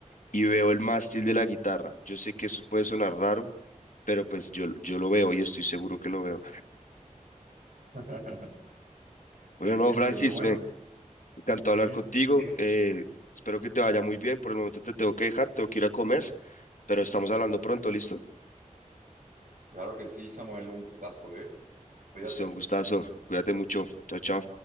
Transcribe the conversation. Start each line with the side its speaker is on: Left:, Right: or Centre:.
Left: y veo el mástil de la guitarra. Yo sé que eso puede sonar raro, pero pues yo, yo lo veo y estoy seguro que lo veo.
Right: <laughs>
Left: Bueno,
Right: Sí,
Left: no,
Right: sí entiendo.
Left: Francis,
Right: Bueno,
Left: me encantó hablar
Right: ujú,
Left: contigo.
Right: Dime.
Left: eh, espero que te vaya muy bien. Por el momento te tengo que dejar, tengo que ir a comer, pero estamos hablando pronto, ¿listo?
Right: Claro que sí, Samuel, un gustazo, ¿eh? Cuídate.
Left: Listo, un gustazo. Cuídate mucho. Chao, chao.